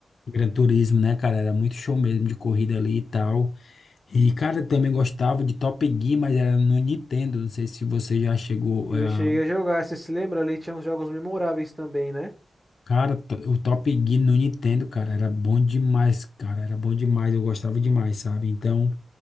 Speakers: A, on the left; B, in the centre.
A: Gran Turismo, né, cara? Era muito show mesmo de corrida ali e tal. E, cara, eu também gostava de Top Gear, mas era no Nintendo. Não sei se você já chegou.
B: E
A: é,
B: eu
A: a-
B: cheguei a jogar, você se lembra ali, tinha uns jogos memoráveis também, né?
A: Cara, to- o Top Gear no Nintendo, cara, era bom demais, cara. Era bom demais, eu gostava demais, sabe? Então.